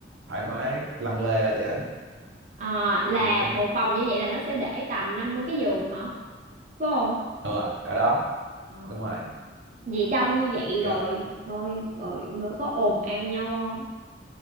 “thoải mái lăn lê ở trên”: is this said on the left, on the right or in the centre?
Right